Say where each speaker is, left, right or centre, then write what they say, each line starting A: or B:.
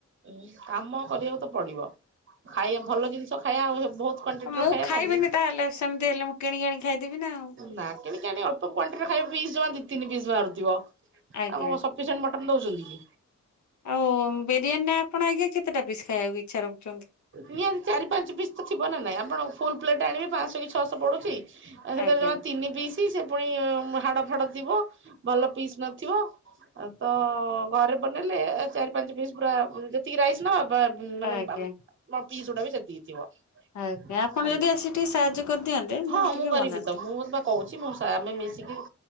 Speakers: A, on the right; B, on the left.
A: ଉଁ କାମ କରିବାକୁ ତ ପଡିବ। ଖାଇବା ଭଲ ଜିନିଷ ଖାଇବା ଆଉ ବହୁତ୍ କୁଆଣ୍ଟିଟି
B: ମୁଁ
A: ର ଖାଇବା
B: ଖାଇବିନି
A: ମାନେ
B: ତାହେଲେ ସେମିତି ହେଲେ ମୁଁ କିଣିକି ଆଣି ଖାଇଦେବି ନା ଆଉ
A: ନା କିଣିକି ଆଣି ଅଳ୍ପ କୁଆଣ୍ଟିଟି ର ଖାଇବେ ପିସ ଜମା ଦି ତିନି ପିସ୍ ବାହାରୁଥିବ
B: ଆଜ୍ଞା।
A: ଆଉ କଣ ସପିସେଣ୍ଟ ମଟନ ଦଉଛନ୍ତି କି?
B: ଆଉ ବିରିୟାନୀରେ ଆପଣ ଆଜ୍ଞା କେତେଟା ପିସ୍ ଖାଇବାକୁ ଇଚ୍ଛା ରଖୁଛନ୍ତି?
A: ନିହାତୀ ଚାରି ପାଞ୍ଚ ପିସ୍ ତ ଥିବ ନା ନାଇଁ ଆପଣ ଫୁଲ୍ ପ୍ଲେଟ ଆଣି ପାଞ୍ଚଶହ କି ଛଅଶହ ପଡ଼ଛି । ଆ ସେତେରେ
B: ଆଜ୍ଞା
A: ରେ ଜମା ତିନି ପିସି ସେ ପୁଣି ହାଡ଼ ଫାଡ଼ ଥିବ । ଭଲ ପିସ୍ ନଥିବ ତ ଘରେ ବନେଇଲେ ଚାରି ପାଞ୍ଚ ପିସ୍ ପୁରା ଯେତିକି ରାଇସ ନବା । ବା ମ ମାନେ
B: ଆଜ୍ଞା
A: ବାମ ନ । ପିଶ ଗୁଡା ବି ସେତିକି ଥିବ ।
B: ଆଜ୍ଞା ଆପଣ
A: ହେଲା
B: ଯଦି ଆସି ଟିକେ ସାହାଯ୍ୟ କରିଦିଅନ୍ତେ
A: ହଁ
B: ଟିକେ
A: ମୁଁ କରିବି
B: ବନାନ୍ତି।
A: ତ ମୁଁ ବା କହୁଛି ମୁ ଶା ଆମେ ମିଶିକି ହଁ